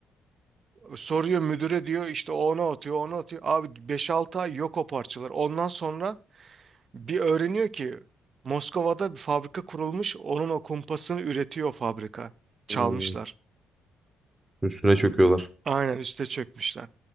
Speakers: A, on the right; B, on the right.
A: Soruyor müdüre diyor işte o ona atıyor ona atıyor. Abi beş 6 ay yok o parçalar. Ondan sonra bir öğreniyor ki Moskova'da bir fabrika kurulmuş. Onun o kumpasını üretiyor fabrika. Çalmışlar.
B: Hmm. üstüne çöküyorlar.
A: Aynen üste çökmüşler.